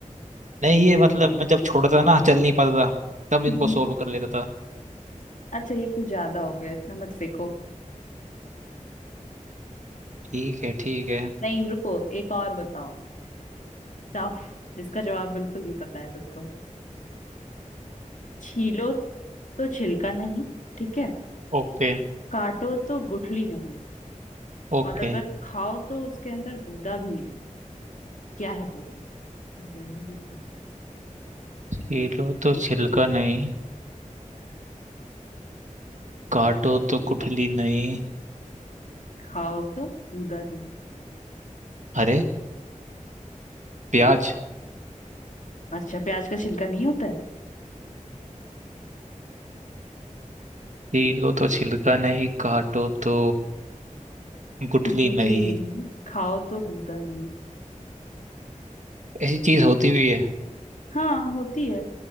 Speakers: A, on the right (about 65°); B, on the left (about 70°).
A: नहीं ये मतलब मैं जब छोटा था ना चल नहीं पाता था तब इनको
B: हम्म।
A: सोल्व कर लेता था
B: अच्छा ये कुछ ज्यादा हो गया इतना मत फेंको
A: ठीक है ठीक है
B: नहीं रुको एक और बताओ टफ इसका जवाब बिल्कुल नहीं पता है तुमको छीलो तो छिलका नहीं ठीक है
A: ओके
B: काटो तो गुठली नहीं
A: ओके
B: और अगर खाओ तो उसके अंदर गूदा भी नहीं क्या है वो हम्म
A: छीलो तो छिलका नहीं काटो तो गुठली नहीं
B: खाओ तो गूदा नहीं
A: अरे प्याज
B: अच्छा प्याज का छिलका नहीं होता है
A: छीलो तो छिलका नहीं काटो तो गुठली
B: गुठली
A: नहीं
B: नहीं खाओ तो गूदा नहीं
A: ऐसी चीज होती हुई है
B: हाँ होती है